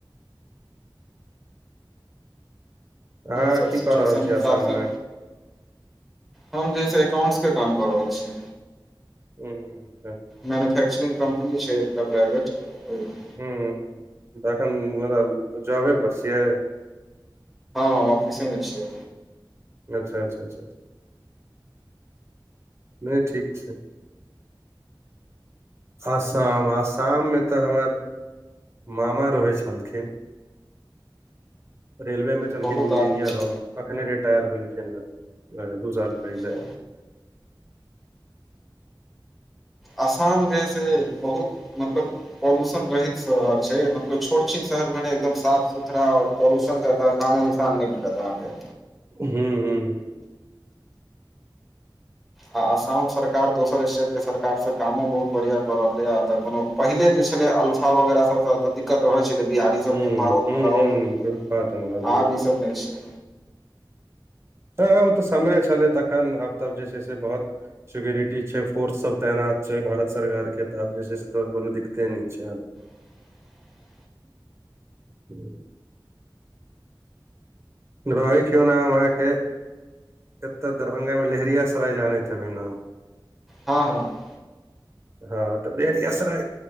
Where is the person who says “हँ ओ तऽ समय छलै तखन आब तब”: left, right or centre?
Right